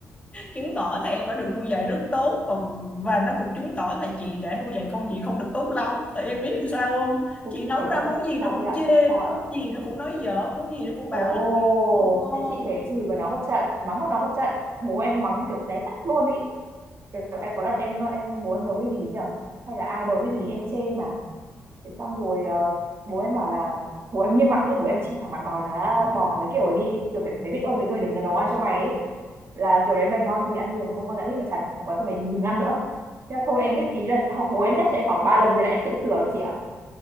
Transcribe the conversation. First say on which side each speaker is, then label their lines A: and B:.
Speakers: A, on the left; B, on the right.
A: chứng tỏ là em đã được nuôi dạy rất tốt còn và nó cũng chứng tỏ là chị đã nuôi dạy con chị không được tốt lắm thì em biết làm sao không
B: Ôi,
A: chị nấu
B: thế á
A: ra món
B: chị
A: gì nó
B: sao
A: cũng
B: thế ạ
A: chê
B: sao ạ
A: món gì nó cũng nói dở món gì nó cũng
B: ồ
A: bảo là không ngon
B: thế chị phải chửi vào nó một trận mắng vào nó một trận bố em mắng kiểu té tát luôn ý kiểu em có lần em em bố em nấu cái gì nhỉ hay là ai nấu cái gì em chê mà Thế xong rồi ờ, bố em bảo là bố em nghiêm mặt đấy bố em chỉ thẳng mặt bảo là bỏ cái kiểu ấy đi kiểu phải, phải biết ơn cái người đừng nấu ăn cho mày ấy là kiểu đấy mày ngon thì ăn nhiều mà không ngon thì ăn ít mà chán quá thì mày đừng ăn nữa thế là thôi em biết ý lần sau bố em nhắc cho em khoảng ba lần thế là em tự sửa được chị ạ